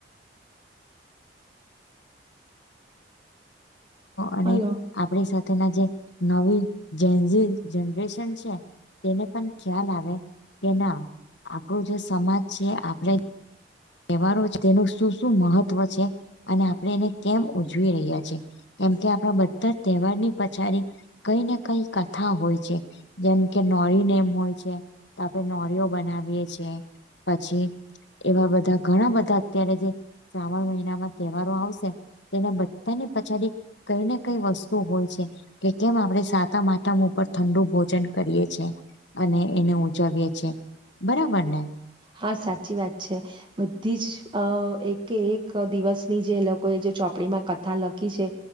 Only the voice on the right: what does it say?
હલો
હા સાચી વાત છે. બધી જ અ એક કે એક દિવસની જે લોકોએ જે ચોપડીમાં કથા લખી છે.